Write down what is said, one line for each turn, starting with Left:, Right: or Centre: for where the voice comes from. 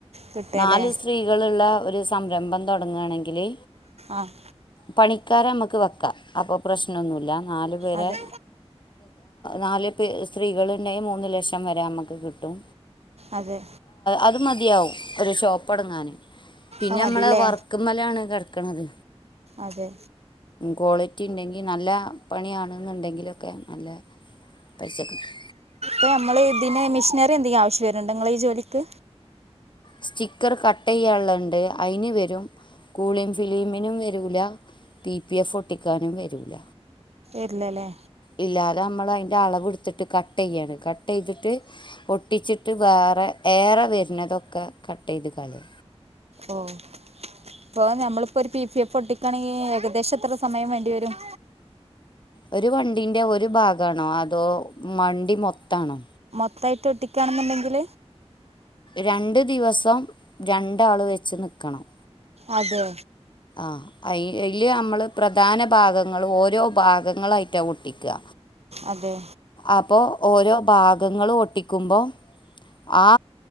Right: കിട്ടല്ലേ
Left: നാല് സ്ത്രീകളുള്ള ഒരു സംരംഭം തുടങ്ങുകയാണെങ്കില്
Right: ആഹ്
Left: പണിക്കാരെ നമ്മക്ക് വെക്കാം അപ്പൊ പ്രശ്നംന്നുമല്ല നാല് പേരെ
Right: അതെ
Left: നാല് സ്ത്രീകള് മൂന്ന് ലക്ഷം ക്ഷംവരെ നമുക്ക് കിട്ടും
Right: അതെ
Left: അത് മതിയാവും ഒരു ഷോപ്പ്ടങ്ങാന് പിന്നെ
Right: അത് മതില്ലേ
Left: നമ്മള വർക്കും മലയാണ് കിടക്കണത്
Right: അതെ
Left: കോളിറ്റി റ്റിണ്ടെങ്കിൽ നല്ല പണിയാണെന്നുണ്ടെങ്കിലൊക്കെ നല്ല പൈസ കിട്ടും
Right: ഞമ്മ മിഷിനറി എന്തെങ്കിലും ആവശ്യം വരുണ്ട് നിങ്ങള ഈ ജോലിക്ക്
Left: സ്റ്റിക്കർ കട്ട് ചെയ്യുള്ളുതുണ്ട് അതിന് വരും കൂളിംഗ് ഫിലിമിനും വരൂല പി പി എഫ് ഒട്ടിക്കാനും വരൂല
Right: ഇല്ലല്ലേ
Left: ഇല്ലാതെ നമ്മൾ അതിന്റെ അളവ് എടുത്തിട്ട് കട്ട് ചെയ്യാണ് കട്ട് ചെയ്തിട്ട് ഒട്ടിച്ചിട്ട് ഏറെ വരുന്നതൊക്കെ കട്ട് ചെയ്ത് കളി
Right: ഓ ഇപ്പൊ നമ്മളിപ്പോ ഒരു പി പി നമ്മള് ഒരു പി പി എഫ് ഒട്ടിക്കണെങ്കിൽ ഏകദേശം എത്ര സമയം വേണ്ടി വരും
Left: ഒരു വണ്ടിന്റെ ഒരു ഭാഗാണോ അതോ വണ്ടി മൊത്താണോ
Right: ത്തായിട്ട് ഒട്ടിക്കയാണെന്നുണ്ടെങ്കിൽ
Left: രണ്ട് ദിവസം രണ്ടാള് വെച്ച് നിക്കണം
Right: അതെ
Left: ആ അ അതിൽ നമ്മൾ പ്രധാന ഭാഗങ്ങൾ ഓരോ ഭാഗങ്ങളായിട്ടാണ് ഒട്ടിക്കുക
Right: അതെ
Left: അപ്പൊ ഓരോ ഭാഗങ്ങളും ഒട്ടിക്കുമ്പോ ആ